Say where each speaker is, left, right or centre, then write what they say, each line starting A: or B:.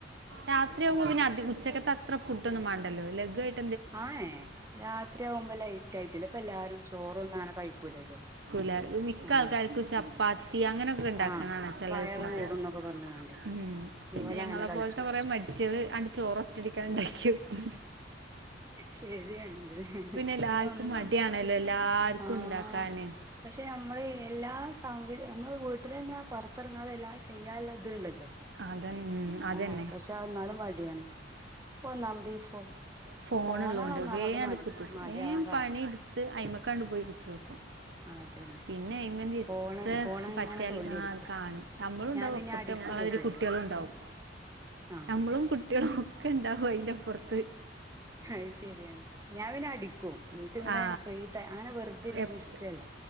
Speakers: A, on the right; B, on the right.
A: രാത്രിയാവുമ്പോ പിന്നെ അധി ഉച്ചക്കത്തെത്ര ഫുഡൊന്നും വേണ്ടല്ലോ ലഘു ആയിട്ട്
B: ആന്നെ രാത്രി ആകുമ്പോ ലൈറ്റ് ആയിട്ടല്ല ഇപ്പെല്ലാരും ചോറൊന്നും അങ്ങനെ കഴിക്കൂലല്ലോ
A: ല മിക്ക
B: ആ
A: ആൾക്കാർക്കും ചപ്പാത്തി അങ്ങനെയൊക്കെ ഇണ്ടാക്ക്ണകാണ
B: ആ
A: ചെല
B: വയറ്
A: വീട്ടിലൊക്കെ
B: കൂടും എന്നൊക്കെ <inaudible>
A: ഉം. പിന്നെ ഞങ്ങളെ
B: കഴിച്ചൂല
A: പോലത്തെ കൊറേ മടിച്ചികള് ആണ്ട് ചോറൊറ്റടിക്കണ്ട് ണ്ടാക്കിവെക്കും
B: ശരിയാണത്
A: എല്ലാവർക്കും
B: പിന്നൊന്നും
A: മടിയാണല്ലോ എല്ലാവർക്കും
B: ആഹ്
A: ഉണ്ടാക്കാന്
B: പഷെ നമ്മള് എല്ലാ സംവിധ നമ്മള് വീട്ടിലെന്നെ പുറത്തിറങ്ങാതെ എല്ലാ ചെയ്യാല്ല ഇതത്ത്ണ്ടല്ലോ
A: അത ഉം, അതന്നെ
B: ആഹ് പഷെ അഎന്നാലും മടിയാണ് <unintelligible>
A: ഫോണുള്ളോണ്ട്
B: ഒന്നാമത്
A: വേഗണ്ട്
B: മടിച്ച്
A: കുത്തുത്തും
B: മടിയാവാൻ
A: വേഗം
B: കാരണം
A: പണിയെടുത്ത് അയ്മേക്കണ്ട് പോയി കുത്തുത്തും
B: അതന്നെ
A: പിന്നെ അയ്മേന്തി എത്ത്‌
B: ഫോണ് ഫോണ് ഇങ്ങനെ
A: പറ്റിയാലും
B: തോണ്ടിയിരിക്കും
A: ആ കാണും ഞമ്മളുണ്ടാവും
B: ഞാൻ പിന്നെ
A: അപ്പുറത്തെ
B: അടിക്കൊക്കെ ചെയ്യും
A: കുട്ടികളുണ്ടാവും
B: ച്ചാ ആഹ്
A: നമ്മളും കുട്ടികളും ഒക്ക്ണ്ടാവും അയിന്റപ്പുറത്ത്
B: അയ്ശെരിയാണ് ഞാൻ പിന്നെ അടിക്കും എനിക്കിങ്ങനെ
A: ആ
B: ഫ്രീടൈ അങ്ങനെ വെറുതിരിക്കണ
A: എപ്-
B: ഇഷ്ടല്ല